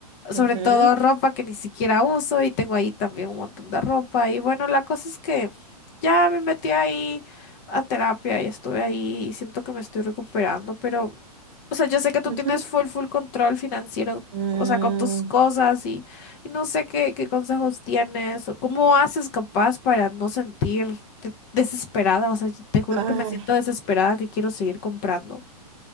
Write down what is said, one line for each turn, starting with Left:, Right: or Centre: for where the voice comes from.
Left: sobre
Right: ujú,
Left: todo ropa que ni siquiera uso y tengo ahí también un montón de ropa. Y bueno, la cosa es que ya me metí ahí a terapia y estuve ahí y siento que me estoy recuperando, pero, o sea, yo sé que tú
Right: ujú.
Left: tienes full, full control financiero,
Right: Mm,
Left: o sea, con tus cosas y, y no sé qué, qué consejos tienes o cómo haces capaz para no sentirte desesperada, o sea, te juro
Right: ay,
Left: que me siento desesperada que quiero seguir comprando.